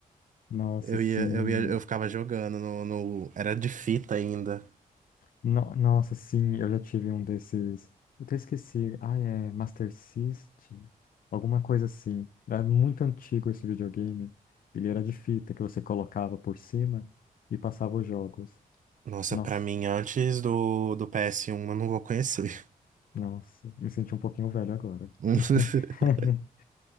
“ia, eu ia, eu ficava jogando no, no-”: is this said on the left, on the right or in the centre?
Right